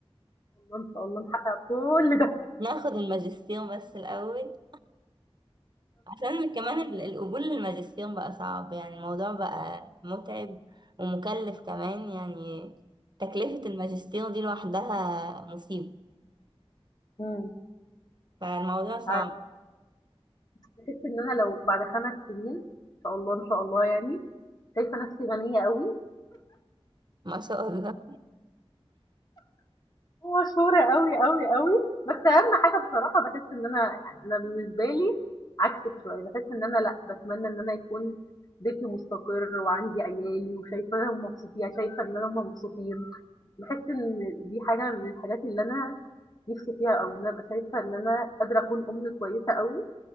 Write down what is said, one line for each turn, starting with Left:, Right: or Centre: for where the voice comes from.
Left: شاء الله، إن شاء الله نحقق كل ده.
Right: ناخد الماجستير بس الاول عشان كمان ال- القبول للماجستير بقى صعب يعني الموضوع بقى متعب ومكلف كمان يعني تكلفة الماجستير دي لوحدها مصيبة
Left: إمم،
Right: فالموضوع
Left: مش
Right: صعب
Left: عا باحس إن أنا لو بعد 5 سنين إن شاء الله، إن شاء الله يعني، شايفة نفسي غنية أوي
Right: ما شاء الله
Left: ومشهورة أوي، أوي، أوي، بس أهم حاجة بصراحة باحس إن أنا يعني أنا بالنسبة لي عكسِك شوية، باحس إن أنا لأ، باتمنى إن أنا يكون بيتي مستقر وعندي عيالي وشايفاهم مبسوطين يعني شايفة إن هم مبسوطين، باحس إن دي حاجة من الحاجات اللي أنا نفسي فيها أوي، إن أنا أبقى شايفة إن أنا قادرة أكون أم كويسة أوي